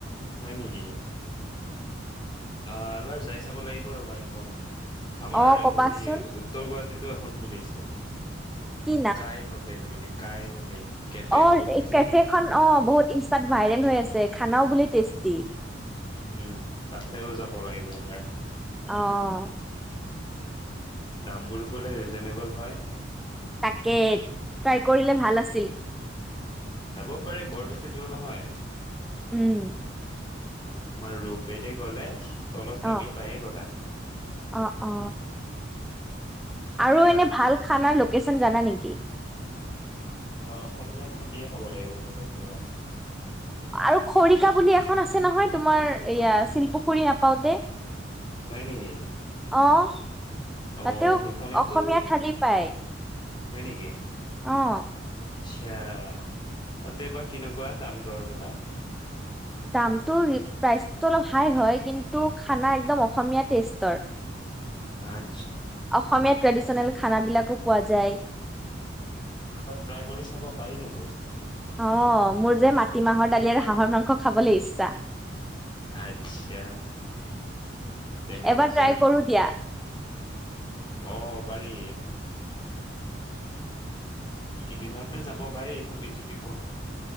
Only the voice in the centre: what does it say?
অ কবাচোন
কি
অ'কেফে
খন অ'বহুত ইনষ্টাত ভাইৰেল হৈ আছে খানাও বুলে তেষ্টি।
অ'।
তাকে, ট্ৰাই কৰিলে ভাল আছিল।
উম্।
অ,
অ, অ,
আৰু এনেই ভাল খানা লোক <unintelligible> জানা নেকি
আৰু খৰিকা বুলি এখন আছে নহয় তোমাৰ এয়া শিলপুখুৰী নাপওঁতে
অ'
তাতেও
অসমীয়া থালি পায়
অ'
দামটো প্ৰাইচটো অলপ হাই হয় কিন্তু খানা একদম অসমীয়া টেষ্টৰ।
অসমীয়া ট্ৰেডিচনেল। খানাবিলাকো পোৱা যায়
অ' মোৰ যে মাটিমাহৰ দালি আৰু হাঁহৰ মাংস খাবলৈ ইচ্ছা।
এবাৰ
ট্ৰাই
কৰো দিয়া